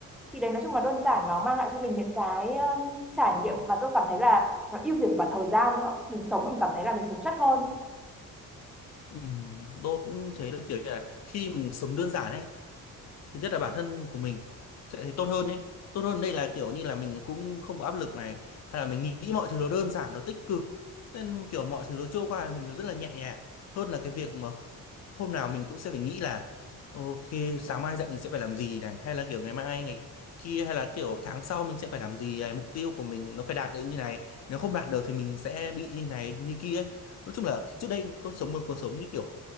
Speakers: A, in the centre; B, on the left (about 50°).
A: Thì đấy nói chung là đơn giản nó mang lại cho mình những cái um, trải nghiệm Mà tôi cảm thấy là nó ưu việt cả thời gian nữa Mình sống mình cảm thấy là mình sống chất hơn
B: Ừm, tôi cũng thấy là kiểu như là khi mình sống đơn giản ấy thứ nhất là bản thân của mình sẽ thấy tốt hơn ấy tốt hơn đây là kiểu như là mình cũng không có áp lực này hay là mình nghĩ mọi thứ nó đơn giản nó tích cực nên kiểu mọi thứ nó trôi qua mình nó rất là nhẹ nhàng hơn là cái việc mà hôm nào mình cũng sẽ phải nghĩ là ok sáng mai dậy mình sẽ phải làm gì này hay là kiểu ngày mai ngày kia hay là kiểu tháng sau mình sẽ phải làm gì này mục tiêu của mình nó phải đạt được như này nếu không đạt được thì mình sẽ bị như này như kia ấy. Nói chung là trước đây tôi sống một cuộc sống như kiểu